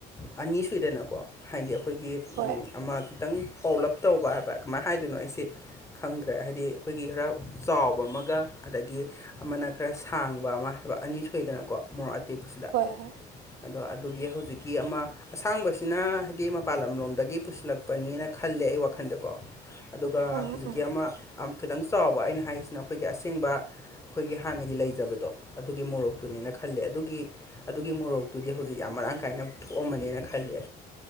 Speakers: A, on the left; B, on the right.
A: ꯑꯅꯤ ꯁꯨꯏꯗꯅꯀꯣ ꯍꯥꯏꯗꯤ ꯑꯩꯈꯣꯏꯒꯤ
B: ꯍꯣꯏ
A: ꯑꯃ ꯈꯤꯇꯪ ꯄꯧꯂꯞ ꯇꯧꯕ ꯍꯥꯏꯕ ꯀꯃꯥꯏꯅ ꯍꯥꯏꯗꯣꯏꯅꯣ ꯑꯩꯁꯦ ꯈꯪꯗ꯭ꯔꯦ ꯍꯥꯏꯗꯤ ꯑꯩꯈꯣꯏꯒꯤ ꯈꯔ ꯆꯥꯎꯕ ꯑꯃ ꯒ ꯑꯗꯒꯤ ꯑꯃꯅ ꯈꯔ ꯁꯥꯡꯕ ꯑꯃ ꯍꯥꯏꯕ ꯑꯅꯤ ꯁꯨꯏꯗꯅꯀꯣ ꯃꯣꯔꯣꯛ ꯑꯇꯦꯛꯄꯁꯤꯗ
B: ꯍꯣꯏ ꯍꯣꯏ
A: ꯑꯗꯣ ꯑꯗꯨꯒꯤ ꯍꯧꯖꯤꯛꯀꯤ ꯑꯃ ꯑꯁꯥꯡꯕꯁꯤꯅ ꯍꯥꯏꯗꯤ ꯃꯄꯥꯟ ꯂꯝꯂꯣꯝꯗꯒꯤ ꯄꯨꯁꯤꯜꯂꯛꯄꯅꯦꯅ ꯈꯜꯂꯦ ꯑꯩ ꯋꯥꯈꯜꯗꯀꯣ ꯑꯗꯨꯒ
B: ꯑꯥ
A: ꯍꯧꯖꯤꯛꯀꯤ
B: ꯑꯥ
A: ꯑꯃ ꯈꯤꯇꯪ ꯆꯥꯎꯕ ꯑꯩꯅ ꯍꯥꯏꯔꯤꯁꯤꯅ ꯑꯩꯈꯣꯏꯒꯤ ꯑꯁꯦꯡꯕ ꯑꯩꯈꯣꯏꯒꯤ ꯍꯥꯟꯅꯒꯤ ꯂꯩꯖꯕꯗꯣ ꯑꯗꯨꯒꯤ ꯃꯣꯔꯣꯛꯇꯨꯅꯦꯅ ꯈꯜꯂꯦ ꯑꯗꯨꯒꯤ ꯑꯗꯨꯒꯤ ꯃꯣꯔꯣꯛꯇꯨꯗꯤ ꯍꯧꯖꯤꯛ ꯌꯥꯝ ꯃꯔꯥꯡ ꯀꯥꯏꯅ ꯊꯣꯛꯑꯝꯃꯅꯤꯅ ꯈꯜꯂꯦ